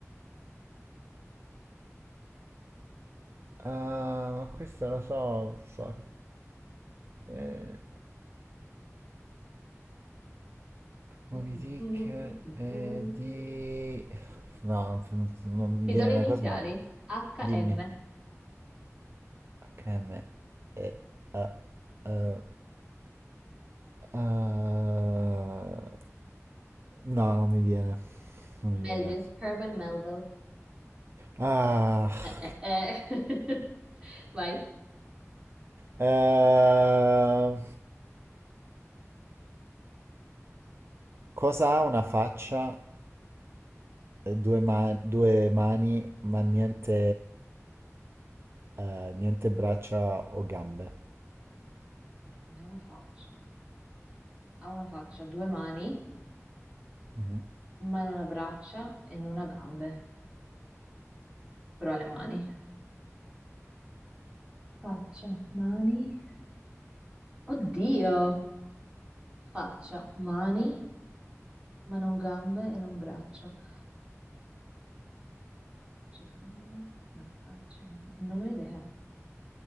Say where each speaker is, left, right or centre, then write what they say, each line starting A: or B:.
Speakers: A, on the right; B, on the right.
A: ah, ma questo lo so. Fuck. Eh,
B: Mm,
A: Moby
B: mm,
A: Dick
B: mm, mm,
A: eh,
B: mm, mm.
A: di... No, non, non mi
B: Ti
A: viene
B: do le
A: una
B: iniziali.
A: cosa. ma-
B: HM.
A: Dimmi. HM e eh, eh, eh, no, non mi viene. Non
B: Melville.
A: mi viene.
B: Herman Melville.
A: Ah,
B: Eh, eh,
A: che-
B: eh. <laughs> Vai.
A: eh, cosa ha una faccia, eh, due, ma- due mani, ma niente, eh, niente braccia o gambe?
B: Ne ha una faccia. Ha una faccia, due mani,
A: Mhm.
B: ma non ha braccia e non ha gambe, però ha le mani. Faccia, mani. Oddio! Faccia, mani, ma non gambe e non braccia. Faccia, gambe, no, faccia e mani. Non ho idea.